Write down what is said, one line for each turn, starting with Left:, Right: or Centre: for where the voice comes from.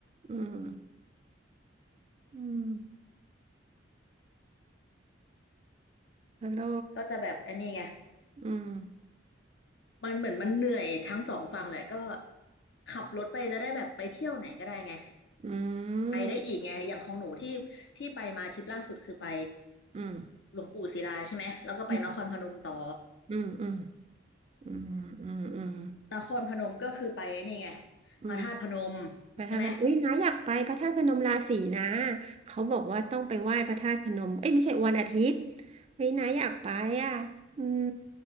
Right: อืมอืมฮัลโหล
Left: ก็จะแบบไอันนี้ไง
Right: อืม
Left: มันเหมือนมันเหนื่อยทั้งสองฝั่งแหละก็ขับรถไปจะได้แบบไปเที่ยวไหนก็ได้ไง
Right: อื
Left: ไปได้อีกไงอย่างของหนูที่ที่ไปมาทริปล่าสุดคือไป
Right: มอืม
Left: หลวงปู่ศิลาใช่ไหมแล้วก็ไปนครพนมต่อ
Right: อืมอืมอืมอืมอืมอืม
Left: นครพนมก็คือไปนี่ไง
Right: อืม
Left: พระธาตุพนม
Right: พระธาตุพนมอุ้ยน้าอยากไปพระธาตุพนมราศีนะ
Left: ใช่ไหม
Right: เขาบอกว่าต้องไปไหว้พระธาตุพนมเอ้ยไม่ใช่วันอาทิตย์เฮ้ยน้าอยากไปอ่ะอืม